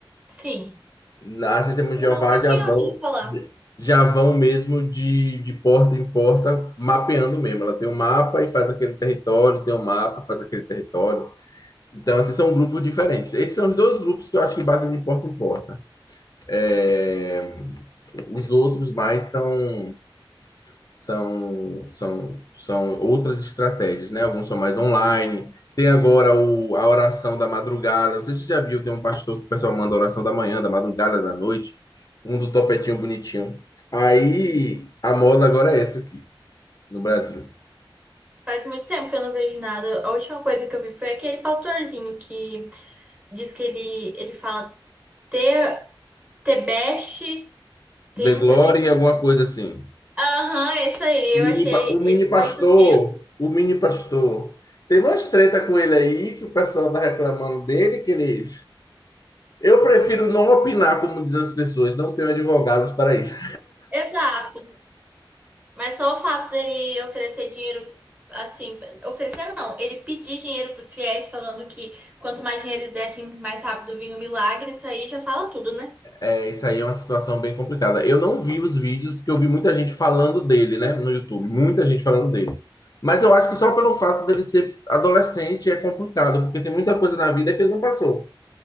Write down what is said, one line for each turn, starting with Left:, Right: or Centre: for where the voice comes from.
Right: Sim.
Left: Na Testemunha de
Right: Eu
Left: Jeová
Right: nunca
Left: já
Right: tinha
Left: vão,
Right: ouvido falar.
Left: já vão mesmo de, de porta em porta, mapeando mesmo. Ela tem um mapa e faz aquele território, tem um mapa, faz aquele território. Então, assim, são grupos diferentes. Esses são os dois grupos que eu acho que batem de porta em porta. É, Os outros mais são são, são, são outras estratégias, né? Alguns são mais online. Tem agora o, a oração da madrugada. Não sei se você já viu, tem um pastor que o pessoal manda oração da manhã, da madrugada, da noite. Um do topetinho bonitinho. Aí a moda agora é essa aqui, no Brasil.
Right: Faz muito tempo que eu não vejo nada. A última coisa que eu vi foi aquele pastorzinho que diz que ele, ele fala te, tebeste, te
Left: The
Right: não
Left: Glory,
Right: sei o que, não sei
Left: alguma
Right: o que.
Left: coisa assim.
Right: Aham, é isso aí.
Left: O
Right: Eu
Left: mini,
Right: achei
Left: pa- o mini
Right: ele com
Left: pastor,
Right: aí suspenso.
Left: o mini pastor. Teve umas treta com ele aí, que o pessoal tá reclamando dele, que ele... Eu prefiro não opinar, como dizem as pessoas, não tenho advogados para isso.
Right: Exato. Mas só o fato dele oferecer dinheiro, assim, oferecer não, ele pedir dinheiro pros fiéis, falando que quanto mais dinheiro eles dessem, mais rápido vinha o milagre, isso aí já fala tudo, né?
Left: É, isso aí é uma situação bem complicada. Eu não vi os vídeos porque eu vi muita gente falando dele, né, no YouTube, muita gente falando dele. Mas eu acho que só pelo fato dele ser adolescente é complicado, porque tem muita coisa na vida que ele não passou.